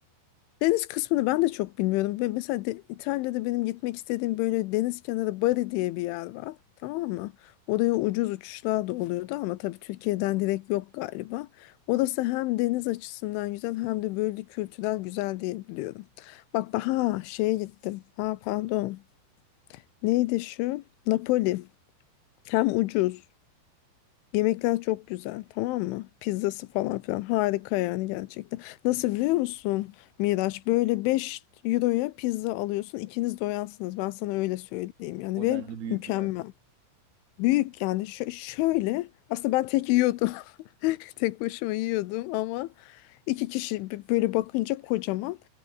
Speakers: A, on the left; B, on the right.
A: Deniz kısmını ben de çok bilmiyorum. Ve Mesela de- İtalya'da benim gitmek istediğim böyle deniz kenarı Bari diye bir yer var. Tamam mı? Oraya ucuz uçuşlar da oluyordu ama tabii Türkiye'den direkt yok galiba. Orası hem deniz açısından güzel hem de böyle kültürel güzel diye biliyorum. Bak bak- ha şeye gittim. Ha pardon. Neydi şu? Napoli. Hem ucuz. Yemekler çok güzel, tamam mı? Pizzası falan filan harika yani gerçekten. Nasıl biliyor musun Miraç? Böyle 5 euroya pizza alıyorsun. ikiniz doyarsınız. Ben sana öyle söyleyeyim yani
B: O
A: ve
B: denli büyük
A: mükemmel.
B: yani.
A: Büyük yani Şö- şöyle aslında ben tek yiyordum. <laughs> Tek başıma yiyordum ama iki kişi b- böyle bakınca kocaman